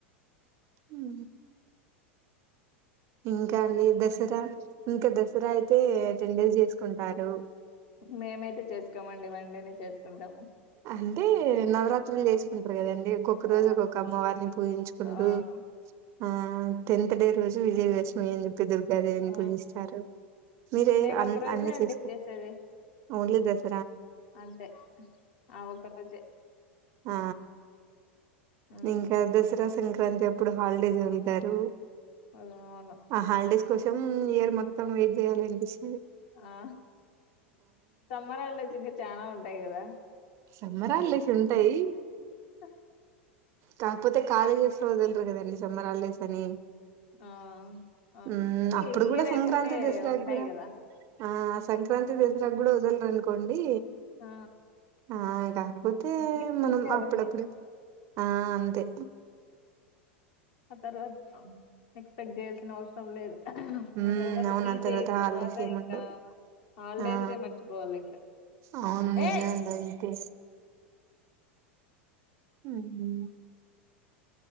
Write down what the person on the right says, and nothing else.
ఉహు ఇంకా అండి దసరా ఇంకా దసరా అయితే టెన్ డేస్ చేసుకుంటారు.
అంటే నవరాత్ త్రులు చేసుకుంట్రరు కదంన్ ఒక్కొక్క
రోజు ఒక్కొక్క అమ్మవారిని పూయించుకుంటు
ఆ టెన్త్ డే రోజు విజయ్ వచ్ ఏం చెప్పె దెల్ లేదేన్
పుజిస్సారు, మీరేయ్
అన్
అన్ని
చేచుకు
ఒన్లీ దస్
ఆ
ఇంకా దసరా సంక్ క్రాంతి ఎప్పుడు హాలిడేస్ ఉంటారు.
ఆ హల్డేస్ కోసం ఇయర్ మొ త్తం వెయిట్ చేయాలి అనిపిస్స్
సమ్మరాల్లేస్ ఉంటయి.
కాకపోతే కాలేజెస్ లో ఒదల్ ర్రు కదండి సమ్మరాల్లేస్ తని
ఊ అప్పుడు
కూడా సంక్రాంతి
దసరాకు
కూడా
ఆ సంక్రాంతి దసరాకు కూడా వదలరునుకోండి
ఆ కాకపోతే
మనం
అప్పుడప్పుడు ఆ అంతే
హూమ్
అవును
ఆ తర్వాత
<unintelligible> సీముంటడు
ఆ
అవును
ఇంటి హుమ్